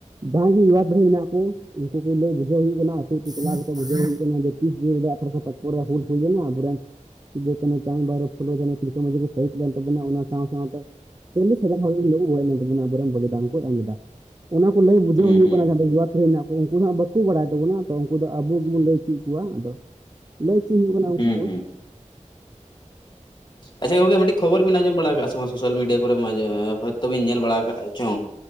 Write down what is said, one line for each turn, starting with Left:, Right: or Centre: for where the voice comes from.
Right: ᱡᱟᱦᱟᱸᱭ ᱜᱮ ᱤᱵᱟᱫᱷ <unintelligible> ᱨᱮ ᱢᱮᱱᱟᱜ ᱠᱩ ᱩᱱᱠᱩ ᱠᱚ ᱞᱟᱹᱭ ᱵᱩᱡᱷᱟᱹᱣ ᱦᱩᱭᱩᱜ ᱠᱟᱱᱟ ᱟᱹᱛᱩ ᱟᱹᱛᱩ ᱪᱟᱞᱟᱣ ᱠᱟᱛᱮ ᱵᱩᱡᱷᱟᱹᱣ ᱦᱩᱭᱩᱜ ᱠᱟᱱᱟ ᱡᱮ ᱛᱤᱥ ᱫᱤᱱ ᱨᱮ <unintelligible> ᱨᱮ ᱦᱩᱞ ᱦᱩᱭ ᱞᱮᱱᱟ ᱟᱵᱚ ᱨᱮᱱ- ᱥᱤᱫᱩ, ᱠᱟᱹᱱᱩ, ᱪᱟᱸᱫᱽ, ᱵᱷᱟᱭᱨᱚᱵ, ᱯᱷᱩᱞᱚ, ᱡᱷᱟᱱᱳ, ᱛᱤᱞᱠᱟᱹ ᱢᱟᱺᱡᱷᱤ ᱠᱚ ᱥᱟᱹᱦᱤᱛ ᱞᱮᱱ ᱛᱟᱵᱚᱱᱟ ᱚᱱᱟ ᱥᱟᱶ ᱥᱟᱶᱛᱮ- ᱪᱚᱞᱞᱤᱥ ᱦᱟᱡᱟᱨ ᱦᱚᱲ ᱮᱱ ᱦᱤᱞᱳᱜ ᱠᱚ ᱜᱚᱡ ᱞᱮᱱ ᱛᱟᱵᱚᱱᱟ ᱟᱵᱚᱨᱮᱱ ᱵᱚᱞᱤᱫᱟᱱ ᱠᱚ ᱮᱢ ᱞᱮᱫᱟ, ᱚᱱᱟ ᱠᱚ ᱞᱟᱹᱭ ᱵᱩᱡᱷᱟᱹᱣ
Left: ᱦᱩᱸ
Right: ᱦᱩᱭᱩᱜ
Left: ᱦᱩᱸ
Right: ᱠᱟᱱᱟ ᱡᱟᱦᱟᱸ ᱫᱚ ᱢᱮᱱᱟᱜ ᱠᱚᱣᱟ ᱩᱱᱠᱩ ᱦᱟᱸᱜ ᱵᱟᱠᱚ ᱵᱟᱲᱟᱭ ᱛᱟᱵᱚᱱᱟ᱾ ᱛᱚ ᱩᱱᱠᱩ ᱫᱚ ᱟᱵᱚ ᱜᱮᱵᱚᱱ ᱞᱟᱹᱭ ᱪᱮᱫ ᱠᱚᱣᱟ ᱟᱫᱚ ᱪᱮ ᱦᱩᱭᱩᱜ ᱠᱟᱱᱟ <unintelligible>
Left: ᱦᱩᱸ ᱦᱩᱸ ᱟᱪᱪᱷᱟ ᱜᱚᱝᱠᱮ ᱢᱤᱫᱴᱤᱡ ᱠᱷᱚᱵᱚᱨ ᱵᱤᱱ ᱟᱸᱡᱚᱢ ᱵᱟᱲᱟ ᱠᱟᱜ-ᱟ ᱥᱮ ᱵᱟᱝ ᱥᱳᱥᱟᱞ ᱢᱤᱰᱤᱭᱟ ᱠᱚᱨᱮ ᱢᱟ ᱦᱚᱭ ᱛᱚ ᱵᱤᱱ ᱧᱮᱞ ᱵᱟᱲᱟ ᱠᱟᱜ-ᱟ ᱪᱚᱝ